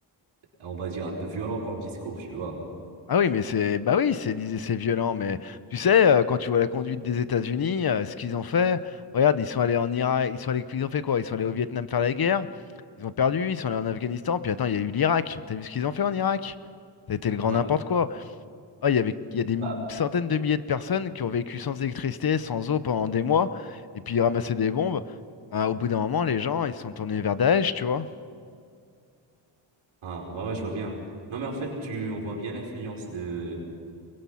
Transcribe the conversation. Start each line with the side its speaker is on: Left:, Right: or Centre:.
Right: on va dire, un peu violent comme discours, tu vois.
Left: Ah oui, mais c'est bah oui, c'est dis- c'est violent, mais tu sais, euh, quand tu vois la conduite des États-Unis, euh, ce qu'ils ont fait, regarde, ils sont allés en Irak, ils sont allés, ils ont fait quoi? Ils sont allés au Vietnam faire la guerre, ils ont perdu, ils sont allés en Afghanistan, puis attends, il y a eu l'Irak. T'as vu ce qu'ils ont fait en Irak? Ça a été le grand
Right: Ouais,
Left: n'importe quoi. Ah, il y avait, il y a des
Right: bah,
Left: centaines de milliers de personnes qui ont vécu sans électricité, sans eau pendant des mois, et puis ils ramassaient des bombes. Ah, au bout d'un moment, les gens, ils se sont tournés vers Daesh, tu vois.
Right: ah, ouais, ouais, je vois bien. Non, mais en fait, tu, on voit bien l'influence de,